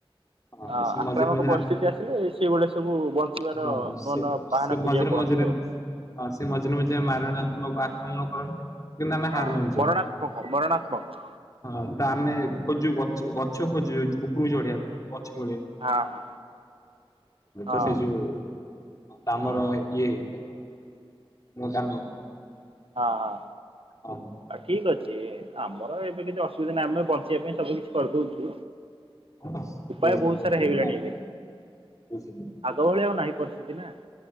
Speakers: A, on the left; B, on the right.
A: ହଁ
B: ଅ
A: ସେ
B: ଆକ୍ରାମକ
A: ମଝିରେ ମଝିରେ
B: ପରିସ୍ଥିତି
A: ଆ-
B: ଆସିଲେ ସେଭଳିଆ ସବୁ ବଞ୍ଚିବାର
A: ହଁ
B: ନୂଆ
A: ସେ
B: ନୂଆ ବାହାନା
A: ସେ
B: ଖୋଜିବାକୁ
A: ମଝିରେ
B: ପଡନ୍ତି।
A: ମଝିରେ ସେ ମଝିରେ ମଝିରେ ମାରଣାତ୍ମକ ଆକ୍ରମଣ କରନ୍ତି। କିନ୍ତୁ ଆମେ ହାର
B: ହଁ
A: ମାନିଛୁ।
B: ମରଣାତ୍ମକ! ମରଣାତ୍ମକ!
A: ହଁ ତ ଆମେ ଖୋଜୁ ଗଛ ଗଛ ଖୋଜୁ ଉପରକୁ ଚଢେଇବା ପାଇଁ କିନ୍ତୁ ଗଛ <inaudible>
B: ହଁ ହଁ ହଁ
A: ବ ଏ ଯୋଉ ତମର
B: ହୁଁ
A: ଇଏ ହେ ମୁଁ <inaudible>
B: ହଁ ହଁ।
A: ହଁ
B: ଆଉ ଠିକ ଅଛି ଆମର ଏବେ କିଛି ଅସୁବିଧା ନାହିଁ, ଆମେ ବଞ୍ଚେବା ପାଇଁ ସବୁ କିଛି କରିଦଉଛୁ।
A: ହଁ
B: ଉପାୟ
A: ସେଇ
B: ବହୁତ
A: କଥା
B: ସାରା
A: ଯେ
B: ହେଇଗଲାଣି
A: ଆଉ
B: ଏବେ।
A: ବୁଝିଲି।
B: ଆଗ ଭଳିଆ ଆଉ ନାହିଁ ପରିସ୍ଥିତି ନା।